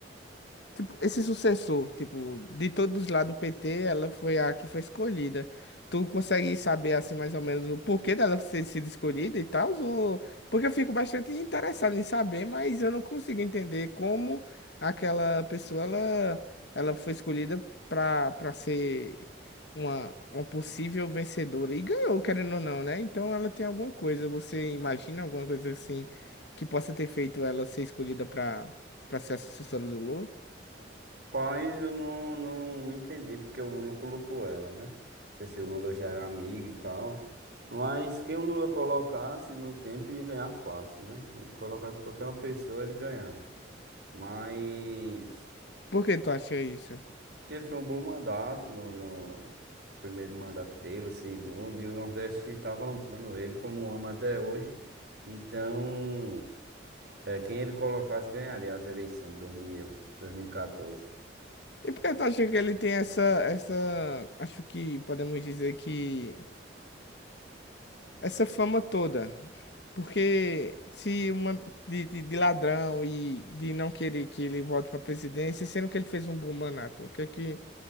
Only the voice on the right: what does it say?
Paz, eu não, não entendi porque o Lula colocou ela, né? Não sei se o Lula já era amigo e tal. Mas quem o Lula colocasse no tempo ia ganhar fácil, né? Ele colocasse qualquer uma pessoa, ele ganhava. Mas.
que ele foi um bom mandato no, no primeiro mandato dele, o segundo, e o Nordeste estava amando ele como ama até hoje. Então, é, quem ele colocasse ganharia as eleições de dois mil e eu- 2014.